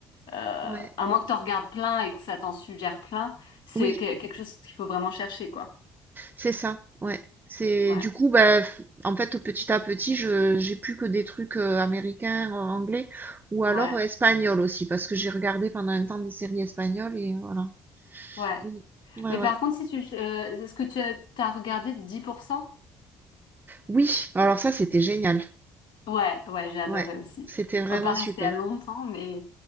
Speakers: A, on the left (about 65°); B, on the right (about 20°).
A: euh,
B: Ouais.
A: à moins que t'en regardes plein et que ça t'en suggère plein, c'est
B: Oui.
A: que- quelque chose qu'il faut vraiment chercher quoi.
B: C'est ça, ouais. C'est
A: Ouais,
B: du coup, bah, f- en fait, petit à petit, je j'ai plus que des trucs euh, américains, euh, anglais, ou alors
A: ouais,
B: euh, espagnols aussi, parce que j'ai regardé pendant un temps des séries espagnoles et voilà.
A: ouais.
B: Mm. Ouais,
A: Mais
B: ouais.
A: par contre, si tu, euh, est-ce que tu as t'as regardé dix pour cent
B: Oui, alors ça, c'était génial.
A: Ouais, ouais, j'ai adoré
B: Ouais,
A: aussi.
B: c'était vraiment
A: On va pas rester
B: super.
A: à longtemps, mais